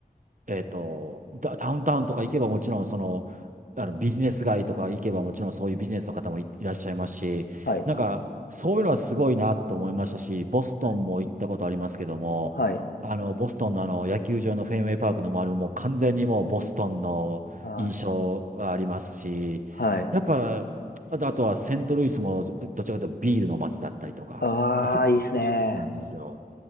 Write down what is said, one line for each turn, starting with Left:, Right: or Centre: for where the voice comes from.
Right: えっと、ダ、ダウンタウンとか行けばもちろん、その、あのビジネス街とか行けばもちろんそういうビジネスの方もい、いらっしゃいますし、
Left: はい。
Right: なんか、そういうのはすごいなと思いましたし、ボストンも行ったことありますけども、
Left: はい。はい。
Right: あの、ボストンのあの、野球場のフェンウェイパークの周りももう完全にもうボストンの印象がありますし、
Left: はい。はい。
Right: やっぱ、あと、あとはセントルイスもどちらかというとビールの街だったりとか、
Left: ああ、
Right: あそこはビールなんですよ。
Left: いいっすね。